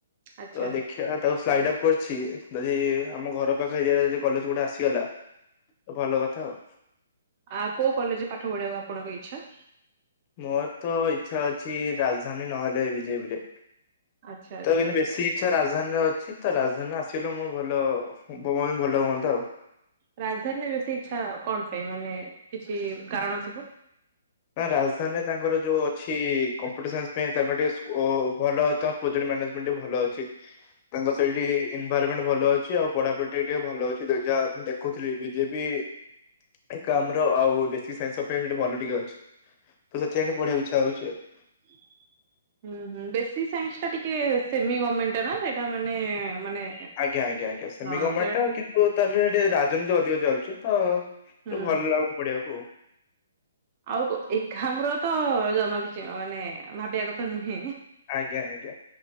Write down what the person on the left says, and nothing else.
ତ ଦେଖ ଦେଖିଆ ତାକୁ ସ୍ଲାଇଡ୍ ଅପ୍ କରିଛି। ଯଦି ଆମ ଘର ପାଖ ଏରିଆରେ ଯଦି କଲେଜ ଗୋଟେ ଆସିଗଲା ତ ଭଲ କଥା ଆଉ
ମୋର ତ ଇଚ୍ଛା ଅଛି ରାଜଧାନୀ ନହେଲେ ବିଜେପି ରେ?
ତ କିନ୍ତୁ ବେଶୀ କିଛ ରାଜଧାନୀରେ ଅଛି ତ ରାଜଧାନୀରେ ଆସିଲେ ମୋ ଭଲ <inaudible> ବି ଭଲ ହୁଅନ୍ତା ଆଉ
ନା ରାଜଧାନୀରେ ତାଙ୍କର ଯୋଉ ଅଛି କମ୍ପିଟରସନ୍ସ ପାଇଁ ତାଙ୍କର ଟିକେ ସ୍କୋ ଭଲ ତ ପ୍ରୋଜେକ୍ଟ ମାନେଜ ମିଣ୍ଡି ଭଲ ଅଛି ତାଙ୍କ ସେଇଠି ଏନଭାରମେଣ୍ଟ ଭଲ ଅଛି ଆଉ ପଢାପଢି ଟିକେ ଭଲ ଅଛି। ଯେ ଯାହା ମୁଁ ଦେଖୁଥିଲି ବିଜେପି ଏକାମ୍ର ଆଉ ବେସିକ୍ ସାଇନ୍ସ ପାଇଁ ସେଇଠି ଭଲ ଟିକେ ଅଛି। ତ ସେଥିପାଇଁ ଟିକେ ପଢିବାକୁ ଇଚ୍ଛା ହୋଉଛି ଆଉ।
ଆଜ୍ଞା ଆଜ୍ଞା ଆଜ୍ଞା ସେମି
ଗର୍ମେଣ୍ଟା
କିନ୍ତୁ ତାହ ରାଜନୀତି ଅଧିକ ଚାଲୁଛି ତ ଟିକେ
ଭଲ ଲାଗୁନି ପଢିବାକୁ ଆଉ।
ଆଜ୍ଞା ଆଜ୍ଞା।